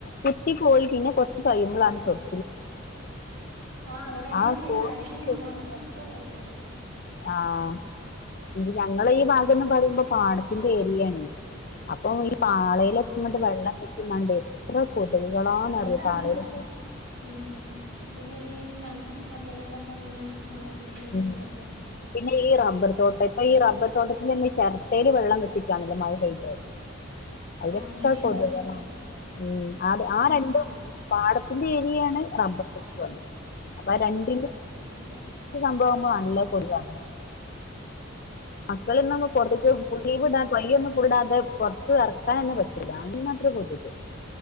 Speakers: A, on the left (about 45°); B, on the right (about 80°).
A: കുത്തിപ്പോയി പിന്നെ കൊർച്ച് കഴിയുമ്പൊളാണ് ചൊറി
B: ആഹ് എവടെങ്കിലൊന്ന്
A: ആ
B: ഇരി
A: കോട്ടില്
B: അടങ്ങിരുന്നാമതി അപ്പം വരും കൊതുക്.
A: ആഹ്.
B: ഉം
A: ഇത് ഞങ്ങളെ ഈ ഭാഗന്ന് പറിമ്പോ പാടത്തിന്റെ ഏരിയേണെയ്. അപ്പൊ ഈ പാളയിലൊക്കെ
B: ആ
A: ങ്ങട്ട് വെള്ളം കെട്ടിന്നാണ്ടേയ് എത്ര കൊത്ക് കളാന്നറിയോ
B: അതുകൊണ്ടാണ്
A: പാളയിലൊക്കെ
B: ഉം, പിന്നെ ഈ ചം ചമ്മല്കളൊക്കെങ്ങനെ മഴെയ്ത് ചീഞ്ഞിട്ടൊക്കെ
A: ഉം പിന്നെ ഈ റബ്ബർ തോട്ട പ്പ ഈ റബ്ബർ തോട്ടത്തിലെന്നെ ചെരട്ടേല് വെള്ളം കെട്ടിക്കാണല്ലോ മഴ പെയ്ത്. അയിലൊക്കെ
B: ആ അങ്ങനെയും
A: കൊത്കളാ.
B: ഉണ്ടാവും
A: ഉം, അത് ആ
B: ഉം
A: രണ്ടും പാട ന്റെ ഏരിയാണ് റബ്ബർത്തോപ്പ്. അപ്പൊ ആ രണ്ടിന്റെ
B: ഉം
A: പ്പ സംഭവമ്മ നല്ല കൊതുകാണ്. മക്കള് ഇന്നോന്നും കൊതുക് <unintelligible> പോർത്ത്ക്ക്‌ എർക്കാനെന്നെ പറ്റൂല അമ്മാതിരി കോത്ക്